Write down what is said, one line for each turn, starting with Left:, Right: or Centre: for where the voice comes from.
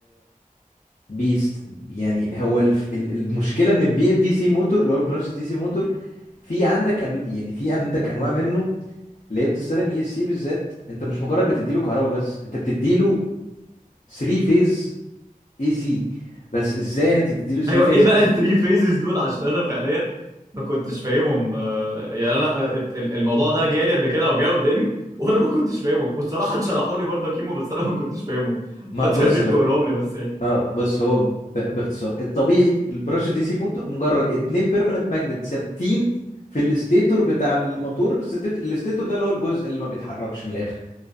Left: بيست يعني هو الف... ال- المشكله ان البي ال دي سي موتور اللي هو البراشس دي سي موتور في عندك قبل يعني في عندك انواع منه ليه بتستخدم اي سي بالذات انت مش مجرد بتديله كهرباء بس انت بتديله 3 فيز اي سي بس ازاي يعني انت بتديله 3
Right: ايوه
Left: فيز
Right: ايه بقى
Left: اي سي
Right: الثري فيزز دول عشان انا فعليا ما كنتش فاهمهم آه، يعني انا آه، ات- ال- الموضوع ده جالي قبل كده او جاي قدامي وانا ما كنتش فاهمه والصراحه اتشرحوا لي برضه كيمو بس انا ما كنتش فاهمه <laughs>
Left: ما
Right: فانت
Left: بص
Right: يا ريت
Left: بقى
Right: تقولهم لي بس يعني
Left: اه بص هو ب- باختصار الطبيعي البرش دي سي موتور مجرد اتنين بيرمننت ماجنت ثابتين في الاستيتور بتاع الموتور الستيت- الاستيتور ده اللي هو الجزء اللي ما بيتحركش من الاخر